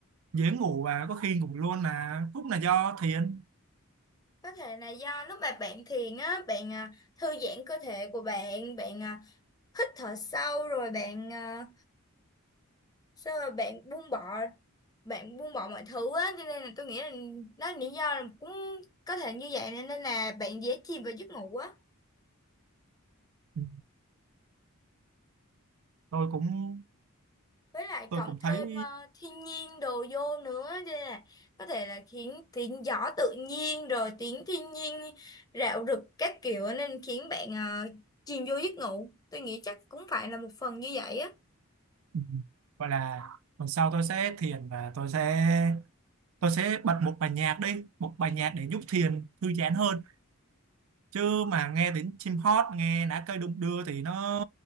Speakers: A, on the right (about 70°); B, on the left (about 15°).
A: dễ ngủ và có khi ngủ luôn là cũng là do thiền
B: có thể là do lúc mà bạn thiền á bạn à, thư giãn cơ thể của bạn bạn à, hít thở sâu rồi bạn ờ, sao mà bạn buông bỏ bạn buông bỏ mọi thứ á cho nên là tôi nghĩ là đó là lý do là cũng có thể như vậy nên nên là bạn dễ chìm vào giấc ngủ á
A: ừ, tôi cũng
B: với lại
A: tôi
B: cộng
A: cũng
B: thêm
A: thấy
B: ờ, thiên nhiên đồ vô nữa cho nên là có thể là khiến tiếng gió tự nhiên rồi tiếng thiên nhiên rạo rực các kiểu nên khiến bạn ờ, chìm vô giấc ngủ tôi nghĩ chắc cũng phải là một phần như vậy á
A: ừ, gọi là tuần sau tôi sẽ thiền và tôi sẽ tôi sẽ bật một bài nhạc đi một bài nhạc để giúp thiền thư giãn hơn chứ mà nghe đến chim hót nghe lá cây đung đưa thì nó